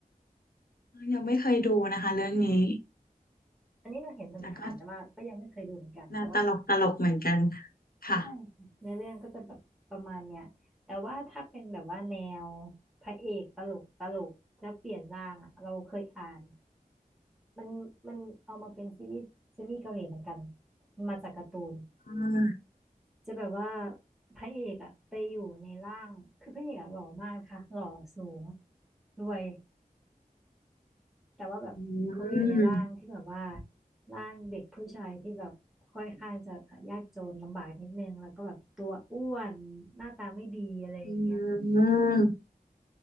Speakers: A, on the left (about 80°); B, in the centre.
A: ยังไม่เคยดูนะคะเรื่องนี้
B: อันนี้เราเห็นผ่านๆแต่ว่าก็ยังไม่เคยดูเหมือนกันแต่ว่า
A: แล้วก็น่าตลกตลกเหมือนกันค่ะ
B: ใช่ค่ะเนื้อเรื่องก็จะแบบประมาณเนี้ยแต่ว่าถ้าเป็นแบบว่าแนวพระเอกตลกตลกแล้วเปลี่ยนร่างอะเราเคยอ่านมันมันเอามาเป็นซีรีส์ซีรีส์เกาหลีเหมือนกันมันมาจากการ์ตูน
A: อืม
B: จะแบบว่าพระเอกอะไปอยู่ในร่างคือพระเอกอะหล่อมากค่ะหล่อสูงรวยแต่ว่าแบบเขาไปอยู่ในร่างที่แบบว่า
A: อืม
B: ร่างเด็กผู้ชายที่แบบค่อนข้างจะยากจนลำบากนิดนึงแล้วก็แบบตัวอ้วนหน้าตาไม่ดีอะไรอย่างเงี้ย
A: อืมอืม